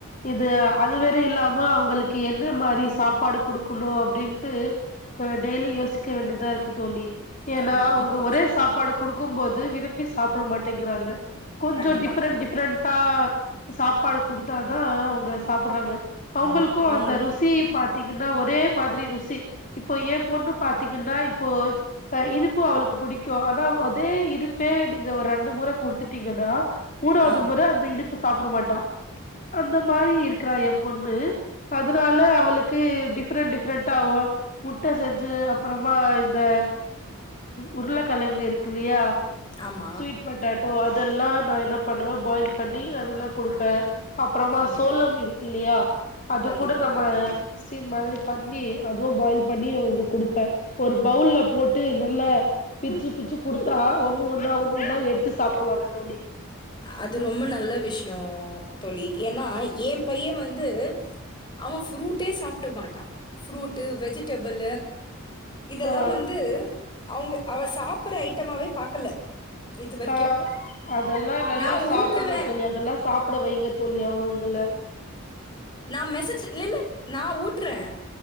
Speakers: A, on the left; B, on the left.
A: இது அதுவற இல்லாம அவுங்களுக்கு என்ன மாரி சாப்பாடு குடுக்கணு அப்டின்ட்டு டெய்லி யோசிக்க வேண்டியதா இருக்கு தோழி ஏன்னா
B: கண்டிப்பா.
A: அவுங்க ஒரே சாப்பாடு குடுக் கும்போது விரும்ப்பி சாப்ட மாட்டேங்கிறாங்க கொஞ்சோ
B: கண்டிப்பா
A: டி டிஃபரெண்ட்
B: கண்டிப்பா.
A: டிஃபரெண்டடா சாப்பாடு குடுத் இத தா அவங்க சாப்டுறாங்க அவங்களுக்கு
B: ஆமா. அவங்களு
A: அந்த ருசி பாத்தீங்கன்னா ஒரே மாதிரி ருசி இப்ப ஏ பொண்ணு பாத்தீங்கன்னா இப்போ இருப்பு அவளுக்கு புடிக் ஆனா அதே இரு வே நீங்க ஒரு ரெண்டு மொறை கொடுத்துட்டீங்கன்னா மூனாவ்து
B: ஆ
A: முற அந்த இனிப்பு சாப்ட மாட் தா அந்த மாரி இருக்றா எ பொண்ணு அதனால அவ இவளுக்கு டிஃபரெண்ட் டிஃபரெண்டா முட்ட செஞ்சு அப்றமா இந்த உருளக் கலங்கு இருக்குல்லையா
B: ஆமா.
A: ஸ்வீட் பட்டாட்டோ அதெல்லா ந என்னப் பண்ணுவே பாயில் பண்ணி அதெல்லா கொடுப்பே அப்றோமா
B: கண்டிப்பா.
A: சோளம் இருக்குலையா அது
B: கண்டிப்பா,
A: கூட நம்ம
B: கண்டிப்பா.
A: ஸ்டீம் மாரி பண்ண அதுவு பாயில் பண்ணி அவங்களுக்கு கொடுப்பே ஒரு பவுல்ல போட்டு நல்ல பிச்சு பிச்சு குடுத்தா ஒண்ணு ஒண்ணா ஒண்ணு ஒண்ணா எடுத்து சாப்டுவாங்க தோழி
B: அது ரொம்ப நல்ல விஷயோ தோழி ஏன்னா என் பையே வந்து அவ ஃப்ரூட்டே சாப்ட மாட்டா ஃப்ரூட்டு் வெஜிடபிள் இதெல்லாம்
A: ஆ
B: வந்து அவங்க அவ சாப்ற ஐட்டமாவே பாக்கல இதுவரைக்கும்.
A: ஆஹ் அதெல்லாம் நல்லா
B: நான்
A: சாப்பிடணும்
B: ஊட்டுவே
A: தோழி அதெல்லாம் சாப்பிட வைங்க சொல்லி அவங்கள
B: நான் மெசேஜ் இல் இல்ல நான் ஊட்டுறேன்